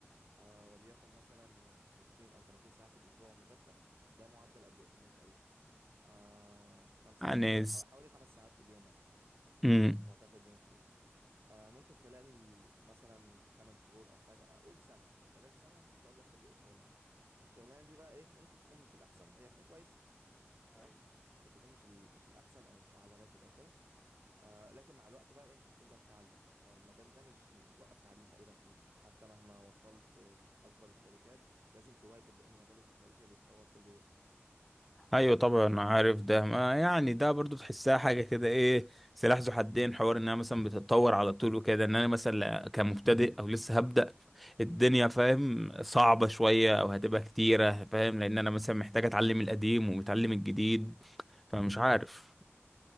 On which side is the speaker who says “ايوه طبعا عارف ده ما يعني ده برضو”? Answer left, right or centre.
Centre